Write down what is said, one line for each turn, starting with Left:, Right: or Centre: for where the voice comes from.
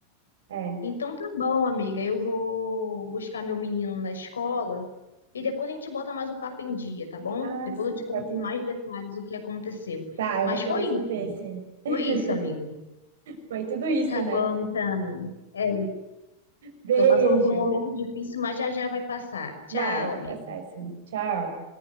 Right: É,
Left: Então tá bom, amiga. Eu vou buscar meu menino na escola e depois a gente bota mais o papo em dia, tá bom?
Right: ah,
Left: Depois
Right: sim,
Left: eu te conto
Right: pode.
Left: com mais detalhes o que aconteceu.
Right: Tá,
Left: Mas
Right: eu vou querer
Left: foi isso,
Right: saber, sim. <laughs>
Left: foi isso, amiga.
Right: Foi tudo isso,
Left: Tá
Right: né?
Left: bom, então. É,
Right: Beijo.
Left: tô passando por um momento difícil, mas já já vai passar. Tchau,
Right: Vai, vai
Left: amiga.
Right: passar, sim. Tchau.